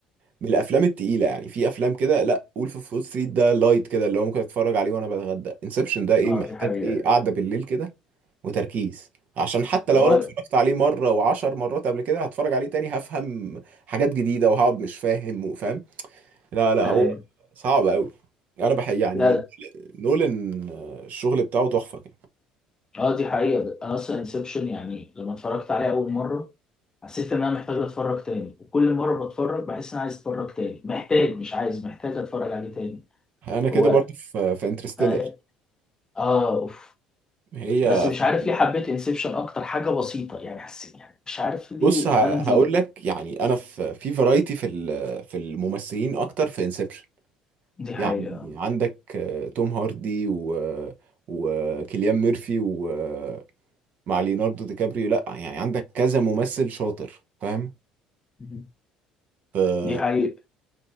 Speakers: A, on the right (about 50°); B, on the left (about 20°).
A: من الافلام التقيله يعني في افلام كده لا وولف اوف وول ستريت ده لايت كده اللي هو ممكن اتفرج عليه وانا بتغدى انسبشن ده ايه
B: اه
A: محتاج
B: دي حقيقه
A: ايه قعده بالليل كده وتركيز عشان حتى
B: هو
A: لو انا اتفرجت عليه مره وعشر مرات قبل كده هتفرج عليه تاني هفهم حاجات جديده وهقعد مش فاهم وفاهم لا لا
B: ايوه
A: هو صعب قوي انا بحب يعني
B: لا
A: نولان آه، الشغل بتاعه تحفة كان
B: اه دي حقيقه انا اصلا انسبشن يعني لما اتفرجت عليه اول مره حسيت ان انا محتاج اتفرج تاني وكل مره بتفرج بحس ان انا عايز اتفرج تاني محتاج مش عايز محتاج اتفرج عليه تاني
A: انا كده
B: هو
A: برضه في في انترستيلر
B: اه آه، اوف
A: هي
B: بس مش
A: في-
B: عارف ليه حبيت انسبشن اكتر حاجه بسيطه يعني حسيت يعني مش عارف ليه
A: بص ه-
B: عندي
A: هقول لك يعني انا في في فرايتي في ال- في الممثلين اكتر في انسبشن
B: دي حقيقه
A: يعني عندك آه، توم هاردي و وكيليان ميرفي ومع ليوناردو دي كابريو لا يعني عندك كذا ممثل شاطر فاهم
B: مهم.
A: في
B: دي حقيقه